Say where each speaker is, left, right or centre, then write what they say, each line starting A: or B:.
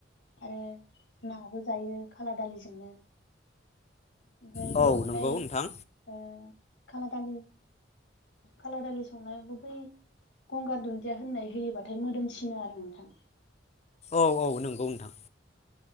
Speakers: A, on the left (about 70°); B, on the left (about 35°).
A: आरो नाबो जायो खाला दालिजोंनो ओमफ्राय
B: औ
A: बेवहाय
B: नंगौ नोंथां
A: ओ खाला दालि खाला दालि संनायावबो बै गंगार दुन्दिया होननाय होयोबाथाय मोदोमसिनो आरो नोंथां
B: औ औ नंगौ नोंथां।